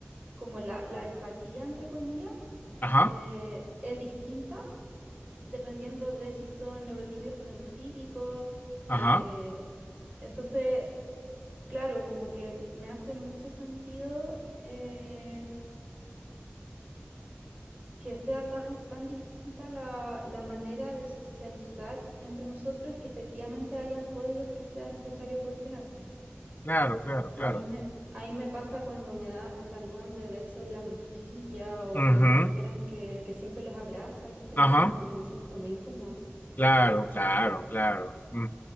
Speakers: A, on the right (about 35°); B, on the left (about 45°).
A: como la, la empatía, entre comillas,
B: Ajá,
A: eh, es distinta dependiendo de si son neurotípicos con neurotípicos. eh,
B: ajá,
A: entonces, Claro, como que me hace mucho sentido eh, que sea tan, tan distinta la, la manera de socializar entre nosotros que efectivamente hayan códigos que sea necesario cuestionarse.
B: claro, claro, claro.
A: A mí me, ahí me pasa cuando me da, me saludan de beso en la mejilla o
B: Ujú,
A: como que esperan que, que siempre los abrace al despedirme,
B: ajá,
A: como que me siento muy incómoda.
B: claro, claro, claro. Ujú,